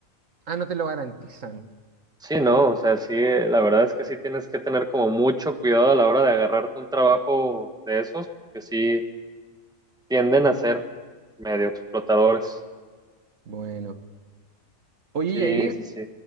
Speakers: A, on the right; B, in the centre.
A: ah, no te lo garantizan.
B: Sí, no, o sea, sí, la verdad es que sí tienes que tener como mucho cuidado a la hora de agarrarte un trabajo de esos, que sí tienden a ser medio explotadores.
A: Bueno. Oye,
B: Sí,
A: Yair,
B: sí, sí.